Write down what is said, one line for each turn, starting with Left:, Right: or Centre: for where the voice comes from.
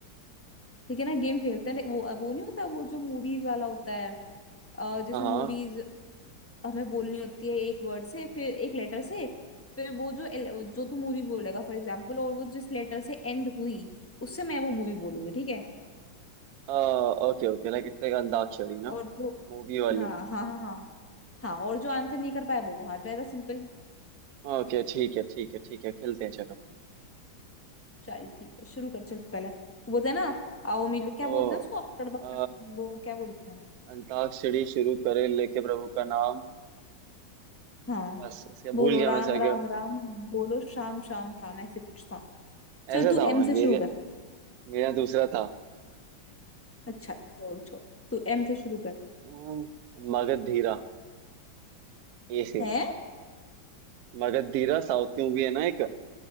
Left: ठीक है ना गेम खेलते हैं देख, वो वो नहीं होता वो जो मूवीज वाला होता है अ, जिसमें
Right: हाँ हाँ
Left: मूवीज हमें बोलनी होती है एक वर्ड से फिर एक लेटर से फिर वो जो एल- जो तू मूवी बोलेगा फॉर एग्जाम्पल और वो जिस लेटर से एंड हुई उससे मैं वो मूवी बोलूंगी ठीक है
Right: Okay okay like it's like Antakshari ना
Left: और जो
Right: मूवी वाली
Left: हाँ हाँ हाँ हाँ हाँ और जो आंसर नहीं कर पाया वो हार जाएगा सिंपल
Right: ओके ठीक है ठीक है ठीक है खेलते हैं चलो
Left: चल ठीक है शुरू कर चल पहले वो बोलते हैं ना आओ मिलो क्या
Right: ओ
Left: बोलते हैं उसको अक्कड़ बक्कड़
Right: अ,
Left: वो क्या बोलते हैं
Right: अंताक्षरी शुरू करे लेके प्रभु का नाम
Left: हाँ
Right: बस इसका
Left: बोलो
Right: भूल गया
Left: राम
Right: मैं इसका
Left: राम
Right: क्या
Left: राम बोलो शाम शाम शाम ऐसे कुछ था चल
Right: ऐसा
Left: तू
Right: था
Left: एम
Right: वो,
Left: से
Right: मेरे
Left: शुरू कर
Right: मेरा दूसरा था
Left: अच्छा छोड़ छोड़ तू एम से शुरू कर
Right: <clears throat> मगध धीरा ए से
Left: है
Right: मगध धीरा साउथ की मूवी है ना एक